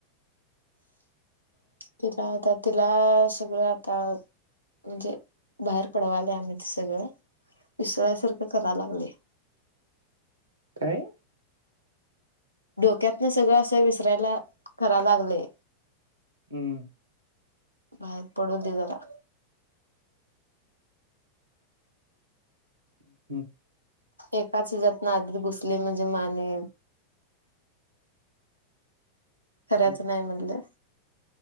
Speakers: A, on the left; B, on the right.
A: तिला आता तिला सगळं आता म्हणजे बाहेर पडवायले आम्ही ते सगळं विसरायसारखं कराय लागले.
B: काय?
A: डोक्यातन सगळं असं विसरायला करा लागले.
B: हम्म.
A: बाहेर पडू दे जरा.
B: ह् हम्म.
A: एकाच हिजातन आधीत घुसले म्हणजे म आणि खरायचं
B: हम्म
A: नाही म्हणलं.